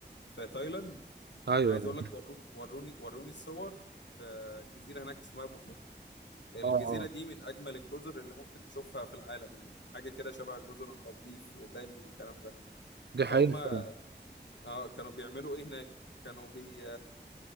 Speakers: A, on the left; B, on the right.
A: في تايلاند
B: ايوه
A: انا عايز
B: ايوه
A: اقول لك وروني وروني وروني الصور في جزيره هناك اسمها بوخيت الجزيره
B: اه اه
A: دي من اجمل الجزر اللي ممكن تشوفها في العالم يعني حاجه كده شبه جزر المالديف وبالي والكلام ده
B: دي
A: فهم
B: حقيقه فعلا
A: اه كانوا بيعملوا ايه هناك كانوا بي